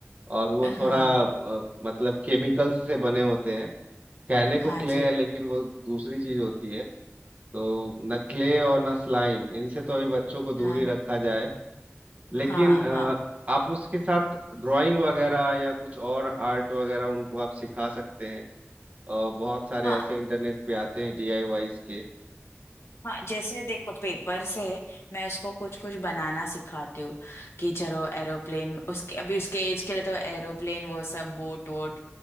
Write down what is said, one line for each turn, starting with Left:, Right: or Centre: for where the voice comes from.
Right: और वो
Left: हाँ
Right: थोड़ा अ, मतलब केमिकल्स से बने होते हैं कहने को
Left: हाँ
Right: क्ले
Left: जी
Right: है लेकिन वो दूसरी चीज होती है तो न क्ले और न स्लाइम इनसे तो अभी बच्चों को दूर
Left: हाँ
Right: ही रखा जाए लेकिन
Left: हाँ
Right: अ,
Left: हाँ
Right: आप उसके साथ ड्राइंग वगैरह या कुछ और आर्ट वगैरह उनको आप सिखा सकते हैं अ, बहुत सारे
Left: हाँ
Right: ऐसे इंटरनेट पे आते हैं डीआईवाईस के
Left: हाँ जैसे देखो पेपर से मैं उसको कुछ कुछ बनाना सिखाती हूँ कि चलो एरोप्लेन उसके अभी उसके एज के लिए तो एरोप्लेन वो सब बोट वोट